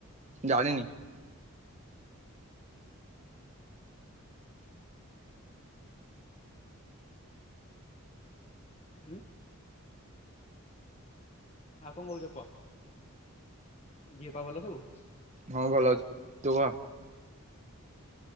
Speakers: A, on the right (about 30°); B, on the left (about 30°).
A: ଜାଣିନି।
B: ହୁଁ। ଆଉ କଣ କହୁଛ କୁହ। ଦିଅପା ଭଲ ସବୁ?
A: ହଁ ଭଲ ଅଛି ତୁ କହ?